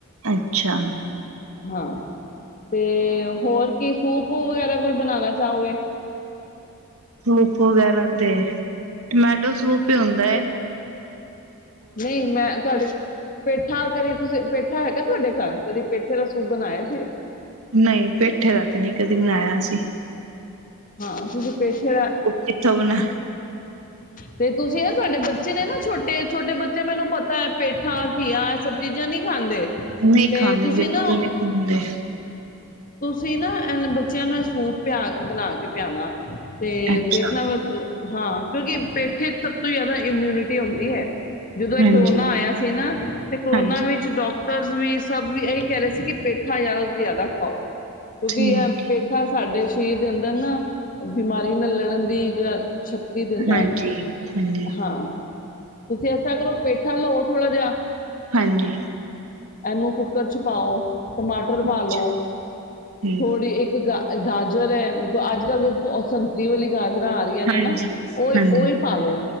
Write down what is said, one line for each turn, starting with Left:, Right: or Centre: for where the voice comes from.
Right: ਅੱਛਾ।
Left: ਹਾਂ ਤੇ ਹੋਰ ਕੀ ਸੂਪ ਵਗੈਰਾ ਕੋਈ ਬਣਾਉਣਾ ਚਾਹੋਗੇ।
Right: ਸੂਪ ਵਗੈਰਾ ਤੇ ਟਮੈਟੋ ਸੂਪ ਹੀ ਹੁੰਦਾ ਹੈ।
Left: ਨਹੀਂ ਮੈਂ ਤੁਹਾਡੇ। ਪੇਠਾ ਕਦੀ ਤੁਸੀਂ ਪੈਠਾ ਹੈਗਾ ਤੁਹਾਡੇ ਘਰ ਕਦੀ ਪੈਠੇ ਦਾ ਸੂਪ ਬਣਾਏ ਸੀੇ।
Right: ਨਹੀਂ ਪੇਠਾ ਦਾ ਤੇ ਨਹੀਂ ਕਦੀ ਬਨਾਇਆ ਸੀ।
Left: ਹਾਂ ਤੁਸੀਂ ਪੇਠੇ ਦਾ
Right: ਕਿੱਥੋਂ ਬਣਾ
Left: ਤੇ ਤੁਸੀਂ ਨਾ ਸਾਡੇੱਚੇ ਬੱਚੇ ਨੇ ਨਾ ਛੋਟੇ- ਛੋਟੇ ਬੱਚੇ ਮੈਨੂੰ ਪਤਾ ਹੈ। ਪੇਠਾ, ਘੀਆ ਇਹ ਸਭ ਚੀਜ਼ਾਂ ਨਹੀਂੀ ਖਾਂਦੇ।
Right: ਨਹੀਂ
Left: ਤੇ
Right: ਖਾਂਦੇ
Left: ਤੁਸੀਂ
Right: ਬਿਲਕੁਲ
Left: ਨਾ
Right: ਨਹੀਂ ਖਾਂਦੇ।
Left: ਤੁਸੀਂ ਨਾ ਇਹ ਬੱਚਿਆਂ ਨੂੰ, ਇਹ ਸੂਪ ਪਿਆ ਬਣਾ ਕੇ ਕਿ ਧਿਆ ਨਾ। ਤੇ
Right: ਅੱਛਾ
Left: ਦੇਖਣਾ ਵ ਹਾਂ। ਕਿਉਂਕਿ ਪੇਠੇ ਚ ਸਭ ਤੋਂ ਜ਼ਿਆਦਾ ਇਮਿਊਨਿਟੀ ਹਉਂਦੀ ਹੈ। ਜਦੋਂ ਇਹ
Right: ਹਾਂਜੀ
Left: ਕਰੋਨਾ ਆਇਆ ਸੀ ਨਾ ਤੇ ਕਰੋਨਾ
Right: ਹਾਂਜੀ
Left: ਵਿੱਚ ਡਾਕ ਵੀ ਸਭ ਵੀ ਇਹੀ ਕਹਿ ਰਹੇ ਸੀ ਕਿ ਪੇਠਾ ਜ਼ਿਆਦਾ ਤੋਂ ਜ਼ਿਆਦਾ ਖਾਓ। ਕਿਉਂਕਿ
Right: ਠੀਕ
Left: ਇਹ ਪੇਠਾ ਸਾਡੇ। ਚ <inaudible> ਨਾ ਬਿਮਾਰੀਆਂ ਨਾਲ ਲੜਨ ਦੀ ਜਾਂ। ਸ਼ਕਤੀ ਦਿੰਦਾ
Right: ਹਾਂਜੀ
Left: ਹੈ।
Right: ਹਾਂਜੀ
Left: ਹਾਂ ਤੁਸੀਂ ਐਸਾ ਕਰੋ ਪੇਠਾ ਲਓ ਥੋੜਾ ਜਿਹਾ।
Right: ਹਾਂਜੀ।
Left: ਇਹਨੂੰ ਕੁੱਕਰ ਚ ਪਾਓ। ਟਮਾਟਰ ਪਾ
Right: ਅੱਛਾ
Left: ਲੋ ਥੋੜ੍ਹੀ,
Right: ਠੀਕ
Left: ਇੱਕ ਗ ਗਾਜਰ ਹੈ। ਅੱਜ ਕੱਲ ਬਤ ਸੰਤਰੀ ਵਾਲ ਗਾਜਰਾਂ ਆ ਰਹੀਆਂ ਨੇ
Right: ਹਾਂਜੀ
Left: ਨਾ ਉਹਹੀ
Right: ਹਾਂਜੀ
Left: ਉਹੀ ਪਾ ਲੋ